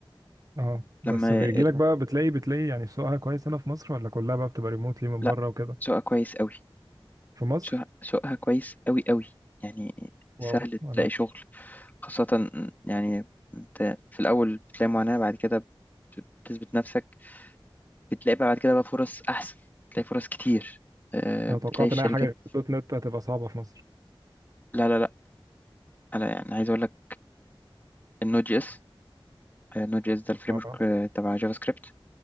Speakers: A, on the right; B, on the left.
A: اه بس
B: لما
A: بيجي لك بقى بتلاقي بتلاقي يعني سوقها كويس هنا في مصر ولا كلها بقى بتبقى ريموتلي من
B: لا
A: بره وكده
B: سواء كويس قوي
A: في مصر
B: سوق- سوقها كويس قوي قوي يعني سهل
A: واو انا
B: تلاقي شغل خاصة يعني انت في الأول بتلاقي معاناة بعد كده بت- بتثبت نفسك بتلاقي بقى بعد كده بقى فرص أحسن بتلاقي فرص كتير آه،
A: انا
B: بتلاقي
A: توقعت
B: الشركات
A: ان اي حاجه غير دوت نت هتبقى صعبه في مصر
B: لا لا لا أنا يعني عايز أقول لك النود جي اس النود جي اس ده الفريم
A: اه
B: ورك تبع جافا سكريبت